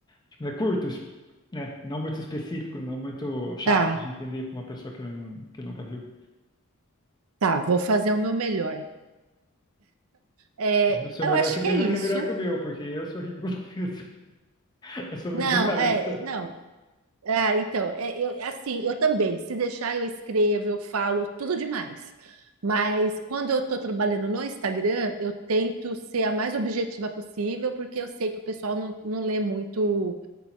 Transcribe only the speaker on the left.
Tipo, é curto, es- né? Não muito específico, não muito chato
de entender pra uma pessoa que, não, que nunca viu.
O seu
melhor
certeza
que é melhor que o meu, porque eu sou horrível com peso. <laughs> Eu sou muito
detalhista.